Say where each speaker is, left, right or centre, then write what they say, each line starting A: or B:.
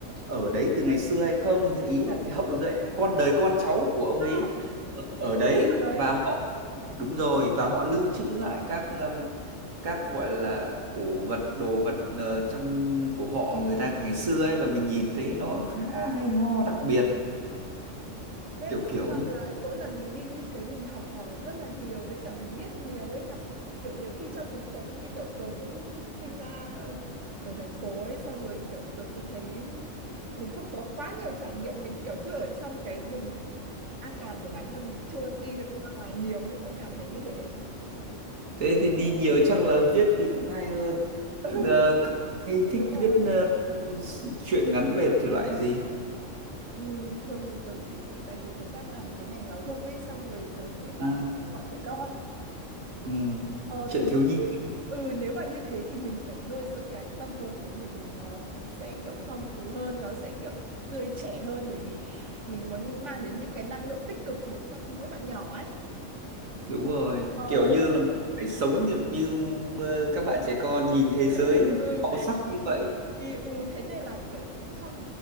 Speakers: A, on the right; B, on the right.
A: ở đấy từ ngày xưa hay không nhưng ý
B: ừ.
A: là
B: ừ.
A: cái hậu duệ con đời con cháu của ông ấy
B: à
A: ở ở đấy
B: vẫn ở đấy
A: và họ đúng rồi và họ lưu trữ lại các um, các gọi là cổ vật đồ vật ờ, trong của họ người ta ngày xưa ấy và mình nhìn thấy nó khá hay ho đặc biệt
B: Ê,
A: kiểu
B: thế
A: kiểu
B: là
A: như
B: là mỗi lần mình đi như thế mình học hỏi được rất là nhiều với cả mình biết nhiều ấy nhở kiểu nhiều khi trong cuộc sống như kiểu tớ cũng sinh ra ở thành phố ấy xong rồi kiểu tớ cứ thấy mình không có quá nhiều trải nghiệm mình kiểu cứ ở trong cái vùng an toàn của bản thân mình chưa đi được ra ngoài nhiều ấy tớ cảm thấy như thế
A: thế thì đi nhiều chắc là viết thì cũng hay hơn
B: <laughs> Ừ,
A: Ờ, cậu hay thích
B: đúng rồi
A: viết ờ, truyện ngắn về thể loại gì
B: ừ, thường thì tớ thích tại vì tớ đang làm cái ngành giáo dục ấy xong rồi tớ sẽ thích
A: à,
B: bọn trẻ con
A: ừ.
B: Ờ
A: truyện
B: thì như
A: thiếu nhi
B: thế- ừ nếu mà như thế thì mình phải nuôi dưỡng cái tâm hồn của mình nó sẽ kiểu phong phú hơn, nó sẽ kiểu tươi trẻ hơn bởi vì mình muốn mang đến những cái năng lượng tích cực đến cho mỗi bạn nhỏ ấy.
A: đúng rồi
B: Ờ
A: kiểu như là phải sống được như ờ, các bạn trẻ con nhìn thế giới
B: ừ,
A: màu sắc như vậy
B: thì ừ thế nên là kiểu trong